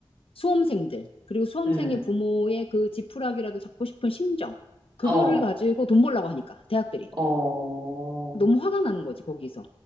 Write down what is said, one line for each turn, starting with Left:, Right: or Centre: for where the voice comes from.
Left: 수험생들, 그리고 수험생의
Right: 음.
Left: 부모의 그 지푸라기라도 잡고 싶은 심정, 그거를
Right: 어,
Left: 가지고 돈 벌라고 하니까, 대학들이.
Right: 어,
Left: 너무 화가 나는 거지, 거기서.